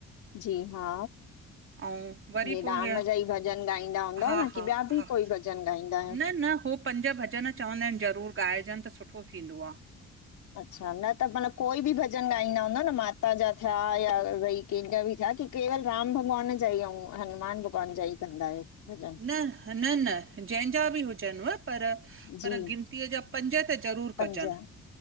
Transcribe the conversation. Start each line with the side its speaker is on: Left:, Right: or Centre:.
Left: जी- हा।
Right: ऐं वरी
Left: हे
Right: पोइ
Left: राम जा ई भॼन ॻाईंदा हूंदव
Right: हा
Left: न
Right: हा
Left: कि, ॿिया बि
Right: हा
Left: कोई भॼन गाईंदां आहियो?
Right: न न हो पंज भॼन चवंदा हिनि ज़रूर ॻाइजनि त, सुठो थींदो आ।
Left: अच्छा, न त मतिलबु कोई बि भॼन ॻाईंदा हूंदा न? माता जा थिया या भई कंहिंजा बि थिया कि, केवल राम भॻवान जा ई, अंउं हनुमान भॻवान जा ई कंदा आहियो? भॼन
Right: न- न -न, जंहिंजा बि हुजनि व पर पर
Left: जी
Right: गिनतीअ जा पंज त ज़रूर
Left: पंज
Right: कजनि।